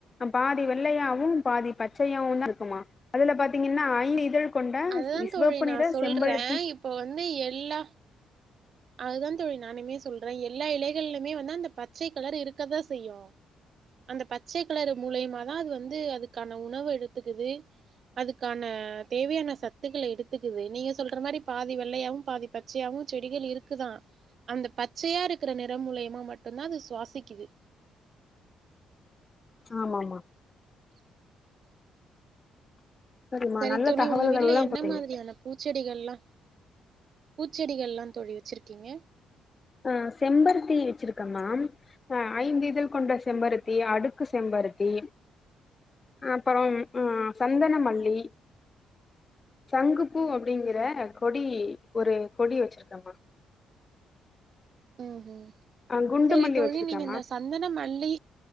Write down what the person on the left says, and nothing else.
பாதி வெள்ளையாவு பாதி பச்சையாவு தா இருக்குமா அதுல பாத்தீங்கன்னா ஐந்து இதழ் கொண்ட
சிவப்பு
நிற
செம்பருத்தி
ஆமாமா சரிம்மா
நல்ல
தகவல்கள்லா
குடுத்தீங்க
ஆ செம்பருத்தி வச்சிருக்க மா அ ஐந்து இதழ் கொண்ட செம்பருத்தி
அடுக்கு செம்பருத்தி அப்புறோ ம் சந்தனமல்லி சங்குப்பூ
அப்டிங்கிற கொடி ஒரு கொடி வச்சிருக்கமா
ஆ குண்டு
மல்லி
வச்சிருக்கம்மா